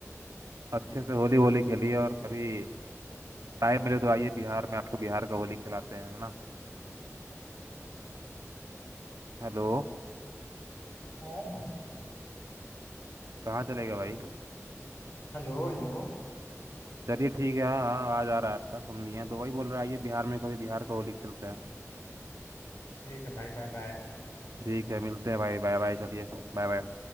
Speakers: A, on the right; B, on the left.
A: अच्छे से होली वोली खेलिए और कभी टाइम मिले तो आइए बिहार में आपको बिहार का होली खिलाते हैं है ना हेलो
B: हाँ।
A: कहाँ चलेगा भाई
B: Hello hello
A: चलिए ठीक है हाँ हाँ आवाज आ रहा है आपका सुन लिए हैं तो वही बोल रहा है आइए बिहार में कभी बिहार का होली खेलते हैं
B: ठीक है भाई बाय बाय
A: ठीक है मिलते हैं भाई बाय बाय चलिए Bye bye